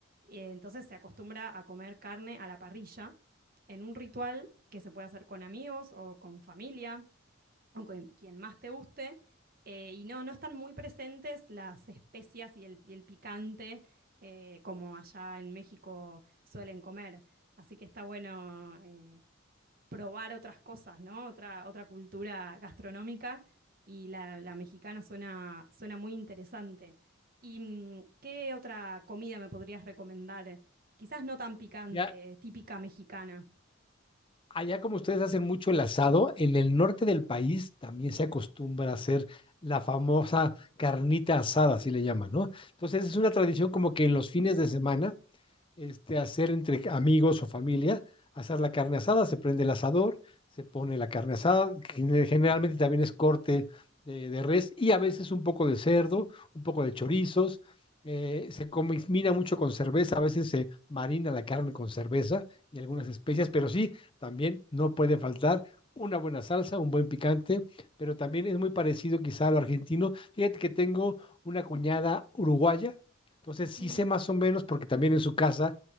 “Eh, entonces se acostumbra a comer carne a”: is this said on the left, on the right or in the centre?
Right